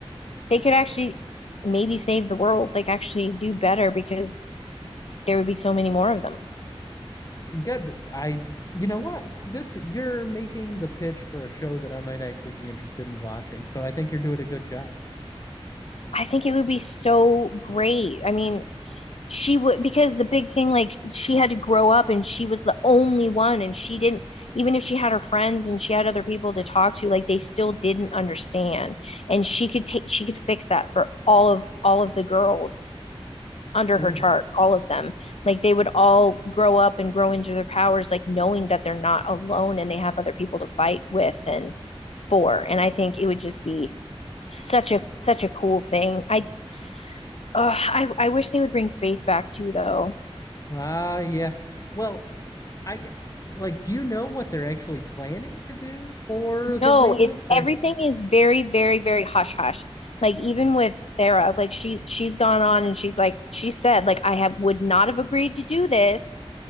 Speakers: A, on the left; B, on the left.
A: they could actually maybe save the world like actually do better because there would be so many more of them
B: Good. I, you know what? This, you're making the pitch for a show that I might actually be interested in watching. So I think you're doing a good job.
A: i think it would be so great i mean she would because the big thing like she had to grow up and she was the only one and she didn't even if she had her friends and she had other people to talk to like they still didn't understand and she could take she could fix that for all of all of the girls under
B: Ooh,
A: her chart
B: g-
A: all of them like they would all grow up and grow into their powers like knowing that they're not alone and they have other people to fight with and for and i think it would just be such a such a cool thing i uh, I, I wish they would bring faith back too though
B: ah, yeah. Well, I get, like, do you know what they're actually planning to do for the
A: No,
B: reboot?
A: it's
B: Or,
A: everything is very, very, very hush hush. Like even
B: Mm.
A: with Sarah, like she she's gone on and she's like she said like I have would not have agreed to do this